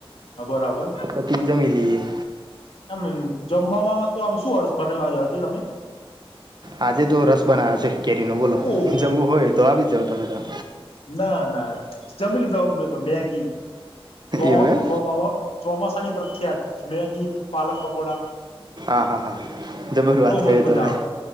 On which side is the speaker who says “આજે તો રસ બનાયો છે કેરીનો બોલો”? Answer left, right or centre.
Right